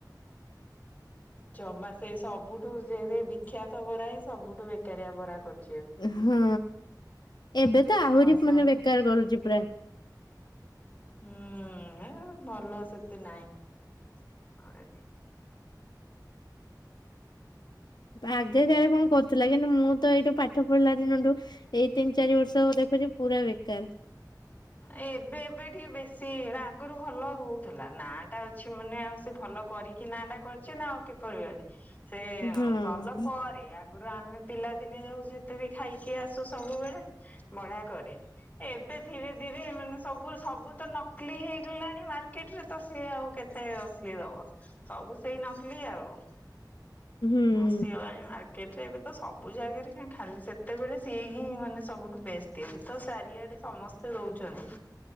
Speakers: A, on the left; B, on the left.
A: ଜମା ସେ ସବୁଠୁ ସେ ବିଖ୍ୟାତ ବରା ହିଁ ସବୁଠୁ ବେକାରିଆ ବରା କରୁଛି।
B: ହଁ ଏବେ ତ ଆହୁରି
A: ଆଉ ସବୁ
B: ମାନେ ବେକାର କରୁଛି ପ୍ରାୟ।
A: ହୁଁ ହେ ଭଲ ସେତେ ନାଇଁ।
B: ଆଗେ ତାର କଣ କରୁଥିଲା କିନ୍ତୁ ମୁଁ ତ ଏଇଠୁ ପା ପାଠ ପଢିଲା ଦିନଠୁ ଏଇ ତିନି ଚାରି ବର୍ଷ ଦେଖୁଛ ପୁରା ବେକାର
A: ଏବେ ଏବେ ଟିକେ ବେଶୀ ଆଗରୁ ଭଲ ହଉଥିଲା ନା ଟା ଅଛି ମାନେ ଆଉ ସେ ଭଲ କରିକି ନା ଟା କରିଛି ନା ଆଉ କିପରି ସେ
B: ହଁ
A: ଭଲ ପରେ ଆଗରୁ ଆମେ ପିଲା ଦିନେ ଯାଉ ଯେତେ ବି ଖାଇକି ଆସୁ ସବୁବେଳେ ବଢିଆ କରେ ଏବେ ଧୀରେ ଧୀରେ ମାନେ ସବୁ ସବୁ ତ ନକଲି ହେଇଗଲାଣି ମାର୍କେଟରେ ତ ସିଏ ଆଉ କେତେ ଏତେ ଅସଲି ଦବ ସବୁ ସେଇ ନକଲି ଆଉ
B: ହୁଁ ହୁଁ।
A: ଆସିଗଲାଣି ମାକ୍ଟେ ଏବେ ତ ସବୁ ଜାଗାରେ କାହିଁ ଖାଲି ସେତେବେଳେ ସିଏ ହିଁ ମାନେ ସବୁଠୁ ବେଷ୍ଟ ଏଵେ ତ ସାରିଆଡେ ସମସ୍ତେ ରହୁଛି